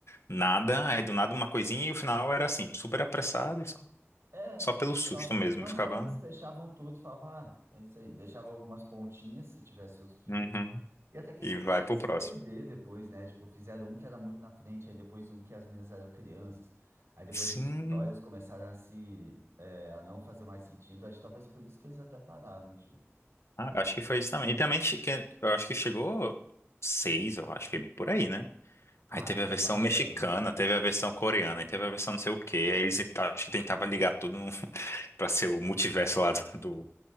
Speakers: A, on the left; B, on the right.
A: nada, aí do nada uma coisinha, e o final era assim, super apressado, e só,
B: É,
A: só pelo
B: eles
A: susto
B: só.
A: mesmo.
B: Aham,
A: Eu ficava,
B: eles
A: "Ah,
B: fechavam tudo, falavam, ah, é isso aí. Deixava algumas pontinhas se tivesse outro fio.
A: uhum,
B: E até que eles
A: e
B: começaram
A: vai pro
B: a se
A: próximo.
B: perder depois, né? Tipo, fizeram um que era muito na frente, aí depois um que as meninas eram crianças. Aí depois
A: Sim,
B: as histórias começaram a se... é, a não fazer mais sentido. Acho que talvez por isso que eles até pararam de...
A: ah, acho que foi isso também. E também, che- que- eu acho que chegou seis, eu acho que por aí, né?
B: Ah,
A: Aí teve
B: e
A: a
B: foi
A: versão
B: bastante.
A: mexicana, teve a versão coreana, aí teve a versão não sei o quê, aí eles acho que tentavam ligar tudo pra ser o multiverso lá do, do,